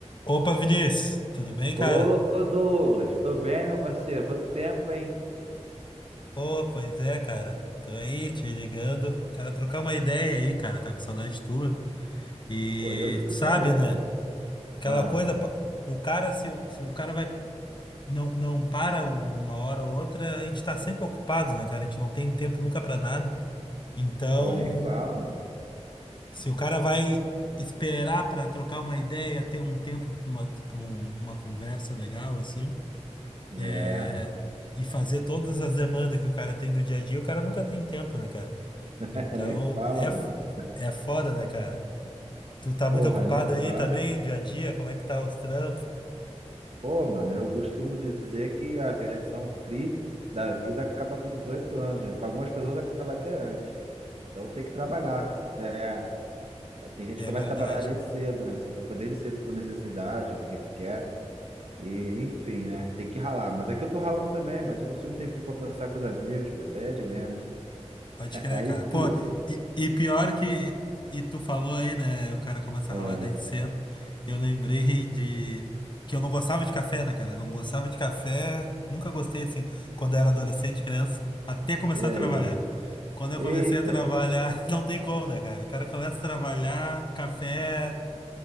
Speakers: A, on the left; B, on the right.
A: Opa, Vinícius, tudo bem, cara?
B: Ô, Douglas, tô bem, meu parceiro? Quanto tempo, hein?
A: Pô, pois é, cara. Tô aí te ligando, cara, trocar uma ideia aí, cara, tá com saudade tua. E
B: Pô, e eu de tu
A: tu sabe,
B: também,
A: né?
B: pô.
A: Aquela
B: Ah,
A: coisa, pa- o cara, se, o- se o cara vai, não, não para uma hora ou outra, a gente tá sempre ocupado, né, cara? A gente não tem tempo nunca pra nada. Então,
B: Pô, nem fala, mano.
A: se o cara vai esperar pra trocar uma ideia, ter um tempo pra uma, pra um- uma conversa legal, assim.
B: É,
A: é, e fazer todas as demandas que o cara tem do dia a dia, o cara nunca tem tempo, né, cara?
B: <laughs>
A: Então,
B: nem fala,
A: é, f-
B: mano.
A: é foda, né, cara? Tu tá
B: Porra,
A: muito ocupado
B: nem
A: aí
B: fala.
A: também, o dia a dia, como é que tá os trampos?
B: Pô, mano, eu costumo dizer que a versão free da vida acaba com 18 anos, né? Para algumas pessoas acaba até antes. Então tem que trabalhar. É, tem gente
A: É
B: que começa
A: verdade.
B: a trabalhar desde cedo, né? Se ocupa desde cedo por necessidade ou porque quer. E, enfim, né? Tem que ralar. Mas é que eu tô ralando também, mas eu consigo um tempinho pra conversar com os amigos, pô. Isso aí é de menos.
A: Pode
B: <laughs>
A: crer,
B: Aí
A: cara.
B: tu.
A: Pô, e, e pior que. E tu falou aí, né? O cara começa
B: Ah,
A: a ralar desde cedo. Eu lembrei de. Que eu não gostava de café, né, cara? Eu não gostava de café. Nunca gostei, assim, quando eu era adolescente, criança, até começar
B: e
A: a
B: aí?
A: trabalhar. Quando eu
B: Eita!
A: comecei a trabalhar, <laughs> não tem como, né, cara? O cara começa a trabalhar, café